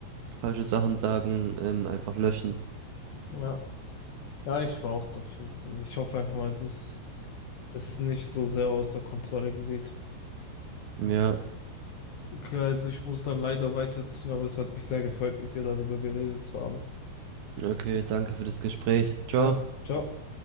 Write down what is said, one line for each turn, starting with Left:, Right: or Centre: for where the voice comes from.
Right: falsche Sachen sagen, ähm, einfach löschen.
Left: Ja. Ja, ich war auch dafür. Und ich hoffe einfach mal, dass es nicht so sehr außer Kontrolle gerät.
Right: Ja,
Left: Okay, also ich muss dann leider weiterziehen, aber es hat mich sehr gefreut, mit dir darüber geredet zu haben.
Right: okay, danke für das Gespräch. Ciao.
Left: Ja, ciao.